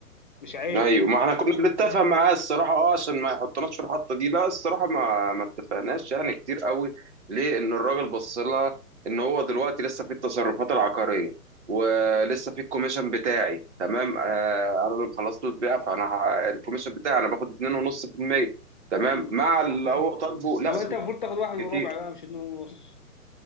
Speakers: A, on the left (about 35°); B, on the right (about 50°).
A: مش عيب
B: ايوه ما احنا كنا بنتفق معاه الصراحه اه عشان ما يحطناش في الحطه دي لا الصراحه ما ما اتفقناش يعني كتير قوي ليه ان الراجل بص لها ان هو دلوقتي لسه في التصرفات العقاريه ولسه في الكوميشن بتاعي تمام آه انا اللي خلصت بيها فانا ه- الكوميشن بتاعي انا باخد 2.5% تمام
A: مم.
B: مع اللي
A: المفروض
B: هو
A: تاخد
B: طالبه لا
A: طب
B: ك-
A: انت المفروض تاخد واحد وربع
B: كتير
A: بقى مش اتنين ونص